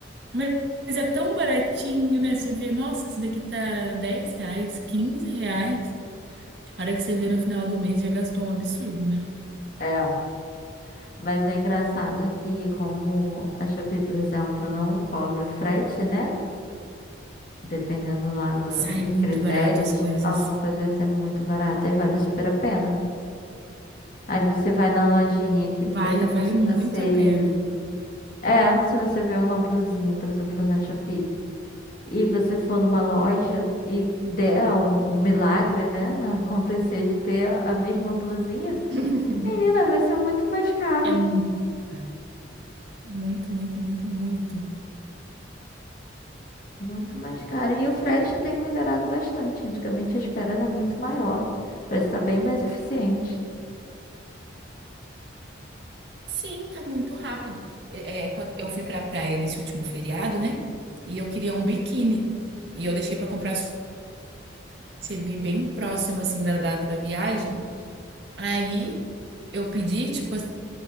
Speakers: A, on the right; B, on the left.
A: Mas mas é tão baratinho, né? Você vê, nossa, esse daqui tá 10 reais, 15 reais. A hora que você vê no final do mês já gastou um absurdo, né?
B: é. Mas é engraçado que como a Shopee, por exemplo, não cobra frete, né? Dependendo lá do-
A: Sai
B: dos
A: muito
B: critérios,
A: barato as coisas.
B: alguma coisa vai ser muito barata e vale super a pena. Aí você vai na lojinha aqui, por
A: Vale,
B: exemplo,
A: vale
B: se
A: muito
B: você
A: a pena.
B: É, se você vê uma blusinha, por exemplo, na Shopee, e você for numa loja e der o, o milagre, né, acontecer de ter a mesma blusinha,
A: <laughs>
B: menina, vai ser muito mais caro.
A: É muito caro. Muito, muito, muito, muito.
B: Muito mais caro. E o frete tem melhorado bastante. Antigamente a espera era muito maior. Parece estar bem mais eficiente.
A: Sim, tá muito rápido. É, é, quando eu fui pra praia nesse último feriado, né? E eu queria um biquíni. E eu deixei pra comprar, recebi bem próximo, assim, da data da viagem. Aí eu pedi, tipo, assim,